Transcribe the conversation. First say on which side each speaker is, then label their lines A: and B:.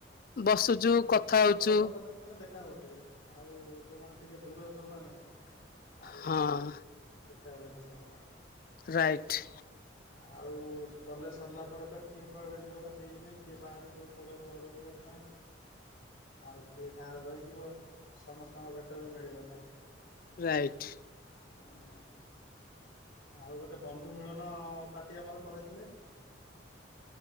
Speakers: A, on the left; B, on the left.
A: ବସୁଛୁ
B: ହଁ ହଁ ହଁ
A: କଥା ହଉଛୁ
B: ଘର ପାଖ ଯୋଉମାନେ ଦେଖା ହଉଥିବେ ଆଉ ଯୋଉମାନେ ଟିକେ ଦୂର ଯୋଉମାନେ। ଆଉ
A: ହଁ
B: ଦେଖାହେବେନି ସେମାନେ।
A: ରାଇଟ୍।
B: ଆଉ କଲେଜ୍ ସରିଲା ପରେ ତ କିଏ କୁଆଡ଼େ ଯିବ ତା ଠିକ ନାହିଁ, କିଏ ବାହାରକୁ ପଳେଇବ ରୋଜଗାର ପାଇଁ। ଆଉ କିଏ ଗାଁରେ ରହିଯିବ, ସମସ୍ତଙ୍କ ଭେଟ ବି ମିଳିବନି।
A: ରାଇଟ୍।
B: <inaudible> ଆଉ ଗୋଟେ ବନ୍ଧୁ ମିଳନ ପାର୍ଟି ଆମର କରେଇଥିଲେ।